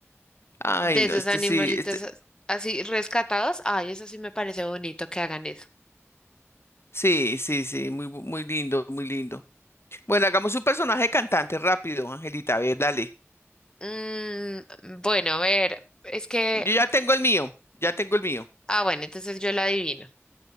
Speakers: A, on the left (about 55°); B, on the left (about 15°).
A: Ay,
B: de
A: no,
B: esos
A: este
B: animalitos
A: sí, este,
B: as- así rescatados. Ay, eso sí me parece bonito que hagan eso.
A: sí, sí, sí, muy, bu- muy lindo, muy lindo. Bueno, hagamos un personaje cantante rápido, Angelita, a ver, dale.
B: Mm, bueno, a ver, es que,
A: Yo ya tengo el mío, ya tengo el mío,
B: ah, bueno, entonces yo la adivino.